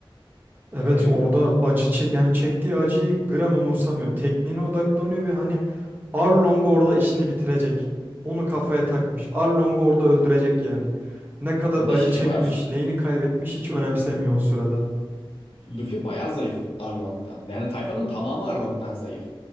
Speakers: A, on the left; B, on the right.
A: Yani
B: Evet orada acı çek yani çektiği acıyı gram umursamıyor. Tekniğine odaklanıyor ve hani Arlong orada işini bitirecek. Onu kafaya takmış. Arlong'u orada öldürecek yani. Ne kadar
A: bir
B: acı
A: de şey
B: çekmiş,
A: var.
B: neyini kaybetmiş hiç önemsemiyor o sırada.
A: Luffy bayağı zayıf Arlong'dan. Yani tayfanın tamamı Arlong'dan zayıf.